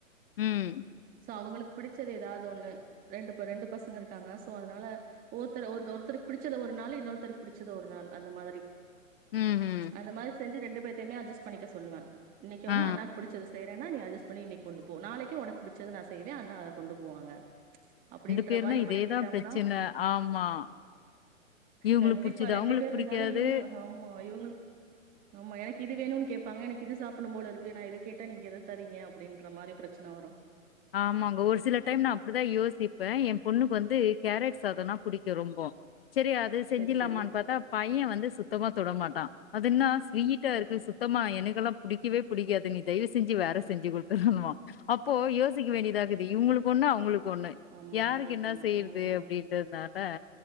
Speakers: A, on the left (about 45°); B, on the right (about 20°).
A: ம்
B: சோ அவங்களுக்கு பிடிச்சது ஏதாவது ஒண்ணு ரெண்டு ரெண்டு பசங்க இருக்காங்க சோ அதனால ஒருத்தர் ஒரு ஒருத்தருக்கு பிடிச்சது ஒரு நாள் இன்னொருத்தருக்கு பிடிச்சது ஒரு நாள் அந்த மாதிரி
A: ம் ம்
B: அந்த மாரி செஞ்சு ரெண்டு பேத்தையுமே அட்ஜஸ்ட் பண்ணிக்க சொல்லுவே இன்னைக்கு
A: ஆ.
B: வந்து அண்ணாக்கு புடிச்சது வேணும்னா நீ அட்ஜஸ்ட் பண்ணி இன்னைக்கு கொண்டு போ நாளைக்கு உனக்கு பிடிச்சத நா செய்வே அண்ணா அத கொண்டு போவாங்க அப்டின்ற
A: பேருனா
B: மாரி
A: இதே
B: பழக்கிட்டம்னா
A: தான் பிரச்சனை. ஆமா. இவங்களுக்கு
B: கண்டிப்பா
A: புடிச்சது,
B: ரெண்டு
A: அவங்களுக்கு
B: பேர் இருந்தாலு
A: புடிக்காது.
B: இவங்க ஆமா இவங்களுக்கு ஆமா எனக்கு இது வேணுன்னு கேப்பாங்க எனக்கு இது சாப்பிடும் போல இருக்கு நா இத கேட்டா நீங்க எதை தரீங்க அப்டின்ற மாரி பிரச்சனை வரும்
A: ஆமாங்க ஒரு சில டைம் நா அப்டிதா யோசிப் ப்பே இப்ப ஏன் பொண்ணுக்கு வந்து கேரட் சாதம்னா புடிக்கு ரொம்ப சரி அது செஞ்சுலாமான்னு
B: சரி சரி
A: பாத்தா பையன் வந்து சுத்தமா தொடமாட்டா அதுன்னா ஸ்வீட்டா
B: சரி
A: இருக்கு மோமா எனக்குல்லா பிடிக்கவே பிடிக்காது நீ தயவு செஞ்சு வேற செஞ்சு குடுத்துடு ணுவா அப்போ எ திக்க வேண்டியதாகுது இவங்களுக்கு ஒண்ணு அவங்களுக்கு ஒண்ணு
B: ஆமா
A: யாருக்கு
B: உங்களுக்கு
A: என்ன
B: ஒண்ணு
A: செய்யறது
B: ஆ
A: அப்டின்னு அதனால